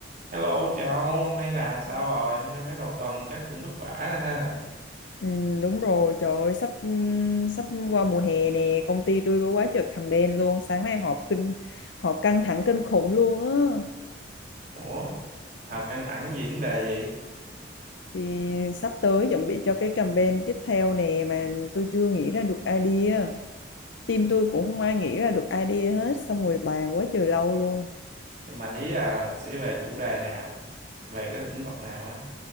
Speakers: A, on the right; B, on the left.
A: Hello cháu, hôm nay làm sao rồi? Hôm nay mấy đầu tuần chắc cũng vất vả ha.
B: Ừ, đúng rồi, trời ơi, sắp ừ, sắp qua mùa hè nè, công ty tôi có quá trời campaign luôn, sáng nay họp kinh họp căng thẳng kinh khủng luôn á.
A: Ủa, học căng thẳng gì vấn đề gì?
B: Thì sắp tới chuẩn bị cho cái campaign tiếp theo nè mà tôi chưa nghĩ ra được idea. Team tôi cũng không ai nghĩ ra được idea hết, xong rồi bàn quá trời lâu luôn.
A: Nhưng mà ý là sẽ về chủ đề nào? Về cái lĩnh vực nào á?